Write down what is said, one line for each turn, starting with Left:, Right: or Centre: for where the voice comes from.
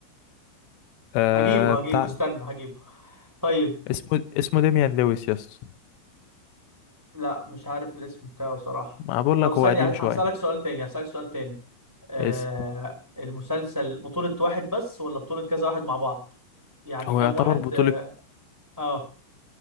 Left: آه
Centre: هجيبه
Left: بتاع
Centre: هجيبه استنى هجيبه طيب
Left: اسمه اسمه ديميان لويس يس
Centre: لا مش عارف الاسم بتاعه صراحة
Left: ما بقول
Centre: طب
Left: لك
Centre: ثانية
Left: هو قديم شوية
Centre: هسألك سؤال تاني هسألك سؤال تاني آه
Left: اسم
Centre: المسلسل بطولة واحد بس ولا بطولة كذا واحد مع بعض يعني
Left: هو
Centre: كم
Left: يعتبر
Centre: واحد
Left: بطولة
Centre: اه